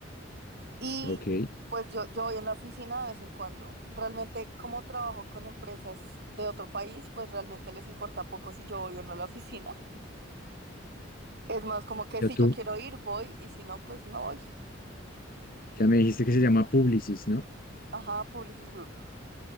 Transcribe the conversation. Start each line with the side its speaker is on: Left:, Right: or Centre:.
Right: y
Left: ok.
Right: pues yo, yo voy en la oficina de vez en cuando. Realmente como trabajo con empresas de otro país, pues realmente les importa poco si yo voy o no a la oficina. Es más como que si
Left: Ya tú,
Right: yo quiero ir, voy y si no, pues no voy.
Left: ya me dijiste que se llama Publicis, ¿no?
Right: Ajá, Publicis Group.